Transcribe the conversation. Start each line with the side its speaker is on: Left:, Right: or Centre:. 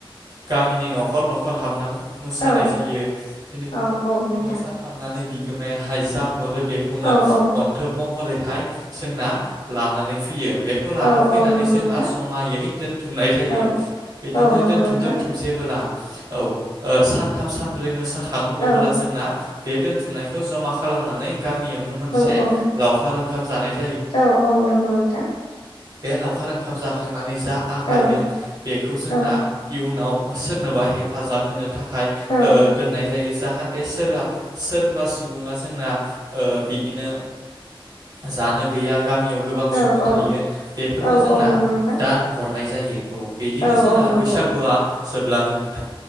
Right: गामिनि न'खर न'खर हाबन मोसानाय
Left: औ
Right: जायो बि
Left: औ औ नोंथां
Right: मोसाखांनानै बिगोमाया हायजा हरो बेखौनो
Left: औ औ
Right: अन्थोब महरैहाय जोंना लानानै फैयो बेखौ लाना
Left: औ
Right: फैनानै
Left: औ नंगौ
Right: जोंना
Left: नोंथां
Right: जमायै दोनथुमनाय जायो
Left: औ
Right: बिदिनो
Left: औ नंगौ
Right: दोनथुम
Left: नोंथां
Right: दोनथुम खसेबोला औ सानथाम सानब्रै मोसााखङो अब्ला
Left: औ
Right: जोंना बे दोनथुमनायखौ जमा खालामनानै गामियावनो मोनसे
Left: औ
Right: लावखार ओंखाम जानाय ज
Left: औ औ नंगौ नोंथां
Right: बे लावखार ओंखाम जाखांनानै जा आग्लायदों
Left: औ
Right: बेखौ जोंना
Left: औ
Right: इयुनाव सोर सोरनोबा हेफाजाब होनो थाखाय
Left: औ
Right: दोननाय जायो जाहाथे सोरबा सोरबा सुबुंङा जोंना ओ बिदिनो जानो गैया। गामियाव गोबां
Left: औ
Right: सुबुं
Left: औ
Right: थायो। बेफोरनो
Left: औ
Right: जोंना
Left: औ नंगौ नोंथां
Right: दान हरनाय जायो। औ बिदिनो
Left: औ
Right: जोंना
Left: औ नंगौ
Right: बैसागुआ जोबलाङो नोंथां।